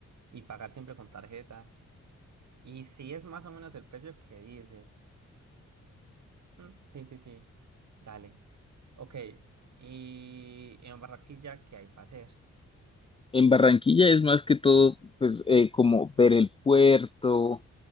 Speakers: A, on the right (about 65°); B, on the left (about 20°).
A: y pagar siempre con tarjeta. Y si es más o menos el precio que dices. Mm, sí, sí, sí. Dale. Ok. Y en Barranquilla, ¿qué hay para hacer?
B: En Barranquilla es más que todo, pues eh, como ver el puerto